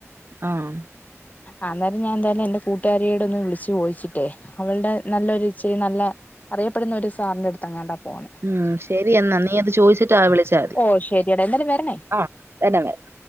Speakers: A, on the right; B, on the left.
A: ആഹ്
B: ആഹ് അന്നേരം ഞാൻ എന്തായാലും എന്റെ കൂട്ടുകാരിയോട് ഒന്ന് വിളിച്ച് ചോയിച്ചിട്ടേ അവൾടെ നല്ലൊരു ഇച്ചിരി നല്ല അറിയപ്പെടുന്ന ഒരു സാറിന്റെ അടുത്ത് എങ്ങാണ്ടാ പോവുന്നെ
A: ഉം ശെരി എന്നാ നീ അത് ചോദിച്ചിട്ട് നാളെ വിളിച്ചാതി
B: ഓ
A: ഓഹ്
B: ശരിയെടാ
A: ശരി
B: എന്തായാലും വരണേ
A: ആഹ് <unintelligible>